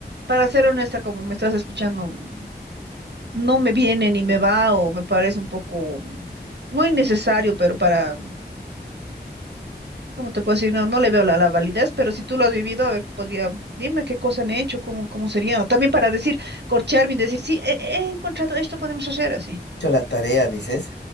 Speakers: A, on the right; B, on the left.
A: para ser honesta, como me estás escuchando, no me viene ni me va o me parece un poco, no innecesario, pero para ¿Cómo te puedo decir? No, no le veo la, la validez, pero si tú lo has vivido, a ver, podría, dime qué cosa han hecho, cómo, cómo sería. O También para decir, corcharme y decir, sí, he, he encontrado esto, podemos hacer así.
B: Hecho la tarea, dices.